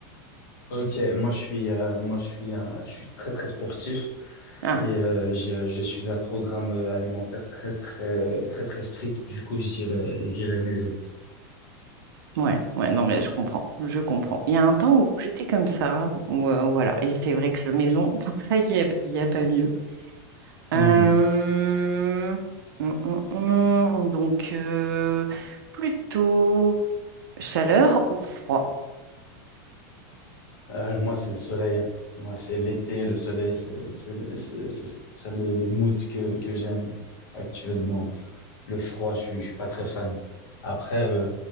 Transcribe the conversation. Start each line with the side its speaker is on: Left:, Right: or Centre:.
Left: Ok, moi je suis, euh, moi je suis, un, je suis très très sportif
Right: Ah,
Left: et euh, je, je suis un programme euh, alimentaire très très euh, très très strict. Du coup, je dirais, je dirais maison.
Right: ouais, ouais, non, mais là, je comprends. Je comprends. Il y a un temps où j'étais comme ça, où euh, voilà. Et c'est vrai que le maison, <laughs> il n'y a, il y a pas mieux.
Left: Mhm.
Right: Euh, hum, hum, hum, donc, euh, plutôt chaleur ou froid?
Left: Euh, moi, c'est le soleil. hein. Moi, c'est l'été, le soleil, c'est c'est le- c'est- c'est ça les, les moods que que j'aime actuellement. Le froid, je suis, je suis pas très fan. Après, euh,